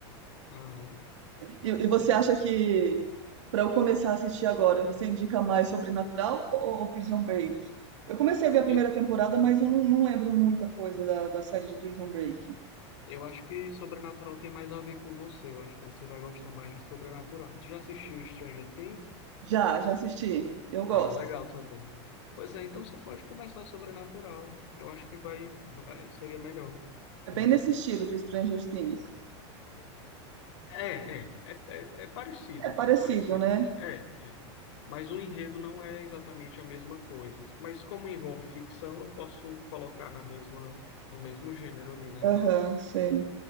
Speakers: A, on the left; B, on the right.
A: Aham,
B: E, e você
A: é.
B: acha que para eu começar a assistir agora, você indica mais Sobrenatural ou, ou Prison Break? Eu comecei a ver a primeira
A: E
B: temporada, mas eu não, não lembro muita coisa da, da série de Prison Break.
A: Eu acho que Sobrenatural tem mais a ver com você. Eu acho que você vai gostar mais de Sobrenatural. Tu já assistiu Stranger Things?
B: Já, já assisti. Eu gosto.
A: Ah, legal também. Pois é, então você pode começar Sobrenatural. Eu acho que vai, vai, seria melhor.
B: É
A: Uhum.
B: bem nesse estilo de Stranger Things.
A: É, é, é, é, é parecido,
B: É parecido,
A: é parecido.
B: né?
A: É, é. Mas o enredo não é exatamente a mesma coisa. Mas como envolve ficção, eu posso colocar na mesma, no mesmo gênero ali na
B: Aham, sei.